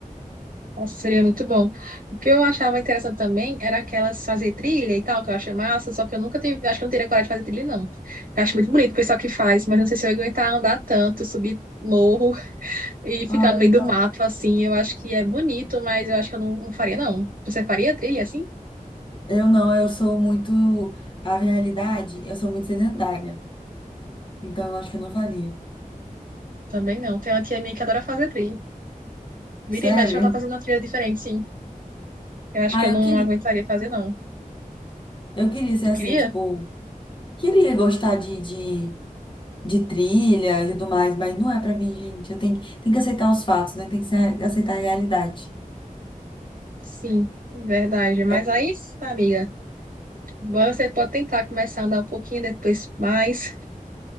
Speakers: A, on the right (about 80°); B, on the left (about 35°).
A: Nossa, seria muito bom. O que eu achava interessante também era aquelas fazer trilha e tal, que eu acho massa, só que eu nunca tive, acho que eu não teria coragem de fazer trilha, não. Eu acho muito bonito o pessoal que faz, mas não sei se eu ia aguentar andar tanto, subir morro <laughs> e ficar
B: ai
A: no meio do mato, assim. Eu acho que é bonito, mas eu acho que eu não, não faria, não. Você faria trilha assim?
B: Eu não, eu sou muito. A realidade, eu sou muito sedentária. Então eu acho que eu não faria.
A: Também não. Tem uma tia minha que adora fazer trilha.
B: Sério?
A: Vira e mexe, ela tá fazendo uma trilha diferente, sim. Eu acho
B: Ah,
A: que eu não
B: eu queria.
A: aguentaria fazer, não.
B: Eu queria ser
A: Tu
B: assim,
A: queria?
B: tipo. Queria gostar de, de, de trilha e tudo mais, mas não é pra mim, gente. Eu tenho, que- tenho que aceitar os fatos, né? Tem que se- aceitar a realidade.
A: Sim, verdade. Mas
B: É,
A: aí, amiga. Você pode tentar começar a andar um pouquinho, depois mais,